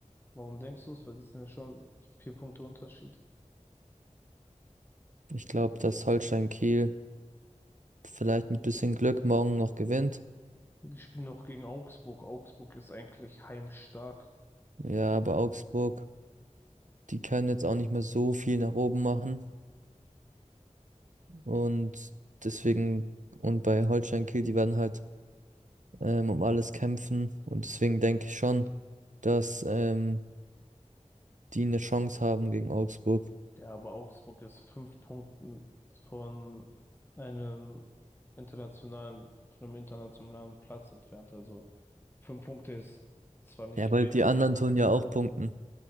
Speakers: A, on the left; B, on the right.
A: Warum denkst du es? Weil das sind ja schon vier Punkte Unterschied.
B: Ich glaube, dass Holstein Kiel vielleicht mit bisschen Glück morgen noch gewinnt.
A: Die spielen noch gegen Augsburg. Augsburg ist eigentlich heimstark.
B: Ja, aber Augsburg, die können jetzt auch nicht mehr so viel nach oben machen. Und deswegen, und bei Holstein Kiel, die werden halt ähm, um alles kämpfen. Und deswegen denke ich schon, dass ähm, die eine Chance haben gegen Augsburg.
A: Ja, aber Augsburg ist fünf Punkten von einem internationalen, von einem internationalen Platz entfernt. Also fünf Punkte ist zwar nicht
B: Ja, weil
A: wenig,
B: die anderen
A: aber
B: tun ja auch punkten.